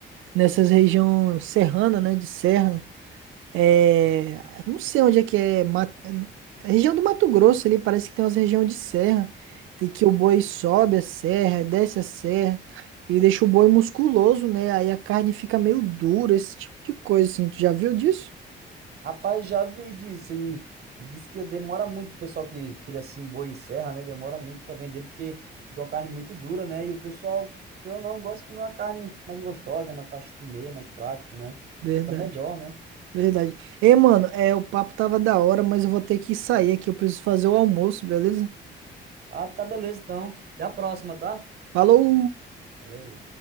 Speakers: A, on the right (about 80°); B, on the right (about 55°).
A: nessas regiões serrana, né, de serra, É, não sei onde é que é. Ma- a região do Mato Grosso ali parece que tem umas regiões de serra e que o boi sobe a serra, desce a serra e deixa o boi musculoso, né? Aí a carne fica meio dura, esse tipo de coisa assim. Tu já viu disso?
B: Rapaz, já vi disso e, e disse que demora muito o pessoal que cria assim boi em serra, né? Demora muito para vender porque fica uma carne muito dura, né? E o pessoal, querendo ou não, gosta de comer uma carne mais gostosa, né? Mais fácil de comer, mais prático, né?
A: Verdade,
B: Fica melhor, né?
A: verdade. Ei, mano, é, o papo tava da hora, mas eu vou ter que sair aqui. Eu preciso fazer o almoço, beleza?
B: Ah, tá beleza então. Até a próxima, tá?
A: Falou!
B: Valeu.